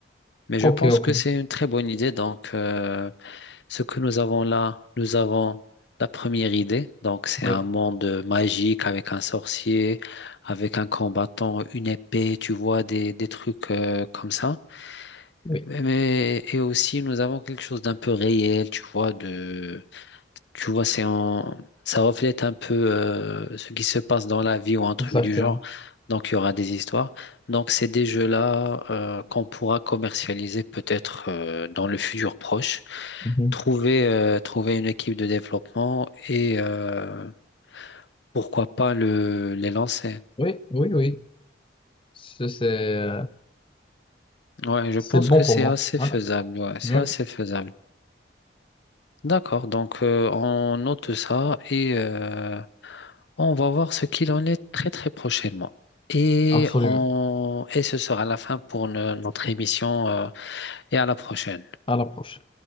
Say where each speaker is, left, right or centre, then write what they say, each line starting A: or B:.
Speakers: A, on the left; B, on the left.
A: Mais
B: Ok,
A: je pense
B: ok,
A: que c'est une très bonne idée. Donc, euh, ce que nous avons là, nous avons la première idée. Donc, c'est
B: oui,
A: un monde magique avec un sorcier, avec un combattant, une épée, tu vois, des, des trucs euh, comme ça.
B: oui,
A: Mais, et aussi, nous avons quelque chose d'un peu réel, tu vois, de tu vois, c'est en... ça reflète un peu euh, ce qui se passe dans la vie ou un truc
B: exactement.
A: du genre. Donc, il y aura des histoires. Donc, c'est des jeux-là euh, qu'on pourra commercialiser peut-être euh, dans le futur proche.
B: Mhm.
A: Trouver, euh, trouver une équipe de développement et euh, pourquoi pas le, les lancer.
B: Oui, oui, oui, c'est c'est, euh,
A: Ouais, je
B: c'est
A: pense
B: bon
A: que
B: pour
A: c'est
B: moi.
A: assez
B: Voilà.
A: faisable. Ouais, c'est
B: Oui,
A: assez faisable. D'accord, donc euh, on note ça et euh, On va voir ce qu'il en est très très prochainement. Et,
B: absolument.
A: on, et ce sera la fin pour no- notre émission euh, et à la prochaine.
B: À la prochaine.